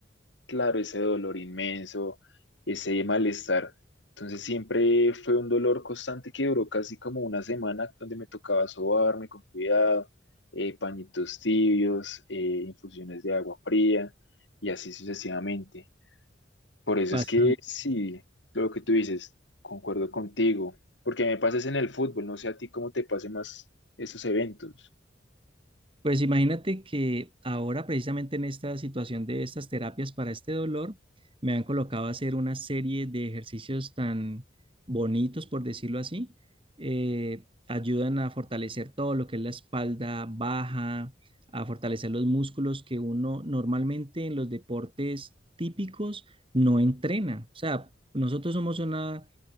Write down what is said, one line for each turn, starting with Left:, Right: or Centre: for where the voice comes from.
Left: claro, ese dolor inmenso, ese malestar. Entonces siempre fue un dolor constante que duró casi como una semana donde me tocaba sobarme con cuidado, eh, pañitos tibios, eh, infusiones de agua fría y así sucesivamente. Por eso
Right: bastante.
Left: es que sí, lo que tú dices, concuerdo contigo, porque me pases en el fútbol, no sé a ti cómo te pase más esos eventos.
Right: Pues imagínate que ahora precisamente en esta situación de estas terapias para este dolor, me han colocado a hacer una serie de ejercicios tan bonitos, por decirlo así. eh, ayudan a fortalecer todo lo que es la espalda baja, a fortalecer los músculos que uno normalmente en los deportes típicos no entrena. O sea, nosotros somos una